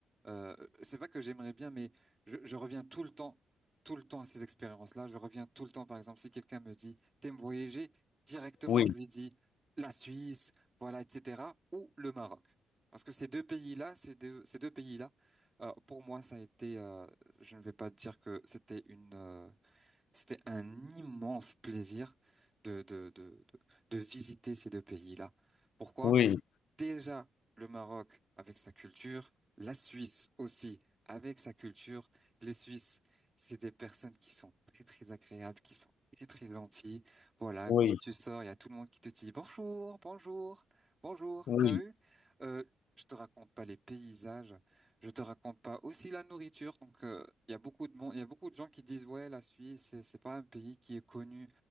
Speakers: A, on the right (about 25°); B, on the left (about 70°).
A: Euh, c'est pas que j'aimerais bien, mais je, je reviens tout le temps, tout le temps à ces expériences-là. Je reviens tout le temps, par exemple, si quelqu'un me dit, t'aimes voyager, directement
B: oui.
A: je lui dis la Suisse, voilà, etc., ou le Maroc. Parce que ces deux pays-là, ces deux, ces deux pays-là. Euh, pour moi, ça a été, euh, je ne vais pas dire que c'était une, euh, c'était un immense plaisir de, de, de, de, de visiter ces deux pays-là. Pourquoi?
B: Oui,
A: déjà le Maroc avec sa culture, la Suisse aussi avec sa culture. Les Suisses, c'est des personnes qui sont très très agréables, qui sont très très gentilles. Voilà,
B: oui,
A: quand tu sors, il y a tout le monde qui te dit bonjour, bonjour, bonjour.
B: oui,
A: T'as vu? Euh, je te raconte pas les paysages, je te raconte pas aussi la nourriture. Donc euh, il y a beaucoup de monde, il y a beaucoup de gens qui disent ouais, la Suisse, c'est c'est pas un pays qui est connu.